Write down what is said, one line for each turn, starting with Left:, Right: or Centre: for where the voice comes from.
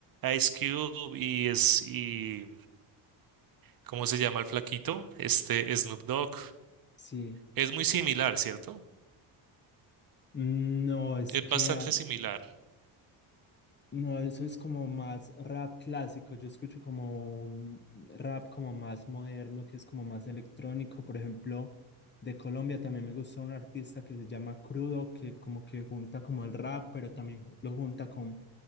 Right: Ice Cube y es y ¿cómo se llama el flaquito? Este Snoop Dogg.
Left: Sí,
Right: Es muy similar, ¿cierto?
Left: Mm, no, es
Right: Es
Left: que
Right: bastante
Left: ah,
Right: similar.
Left: No, eso es como más rap clásico. Yo escucho como un rap como más moderno, que es como más electrónico. Por ejemplo, de Colombia también me gusta un artista que se llama Crudo, que como que junta como el rap, pero también lo junta con,